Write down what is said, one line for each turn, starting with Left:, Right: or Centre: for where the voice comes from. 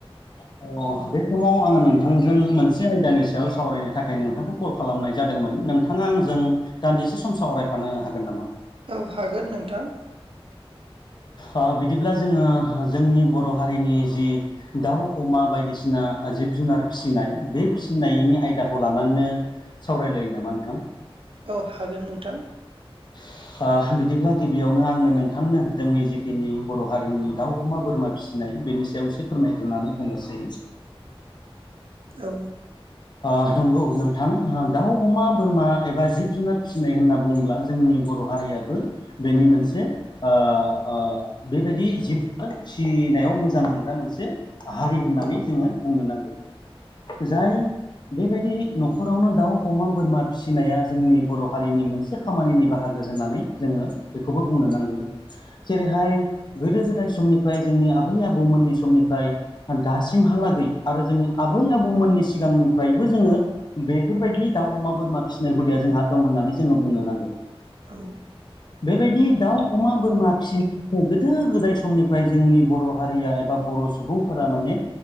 Left: अ बे समाव आङो नोंथांजों मोनसे आयदानि सायाव सावरायनो थाखाय नोंथांखौ कल खालामनाय जादोंमोन नोंथाङा आंजों दान्दिसे सम सावरायफानो हागोन नामा?
Right: औ हागोन नोंथां।
Left: ओ बिदिब्ला जोङो जोंनि बर' हारिनि जि दाउ अमा बायदिसिना जिब जुनार फिसिनाय, बे फिसिनायनि आयदाखौ लानानैनो सावरायलायनो नामा नोंथां?
Right: औ हागोन नोंथां।
Left: <inaudible> ओ बिदिब्ला गिबियावनो आंनो नोंथांनो जोंनि जिखिनि बर' हारिनि दाउ, अमा, बोरमा फिसिनाय बेनि सायाव एसे फोरमायग्रोनानै होनोसै।
Right: औ।
Left: ओ नंगौ नोंथां दाउ अमा बोरमा एबा जिब जुनार फिसिनाय होनना बुंङो। ब्ला जोंनि बर' हारियाबो बेनि मोनसे ओ ओ बेबायदि जिब जुनार फिसिनायाव मोजां मोनग्रा मोनसे हारि होननानै जोङो बुंनो नांगोन, जाय बेबायदि न'खरावनो दाउ अमा बोरमा फिसिनाया जोंनि बर' हारिनि मोनसे मोनसे खामानिनि बाहागो होननानै जोङो बेखौबो बुंनो नांगोन। जेरैहाय गोदो गोदाय समनिफ्राय जोंनि आबै आबौमोननि समनिफ्राय दासिमहालागै आरो जोंनि आबै आबौमोननि सिगांनिफ्रायबो जोङो बेफोरबायदि दाउ अमा बोरमा फिसिनाय हुदाया जोंहा दं होननानै जोङो बुंनो नांगोन।
Right: औ।
Left: बेबायदि दाउ अमा बोरमा फिसिनो गोदो गोदाय सम समनिफ्राय जोंनि बर' हारिया एबा बर' सुबुंफोरा माने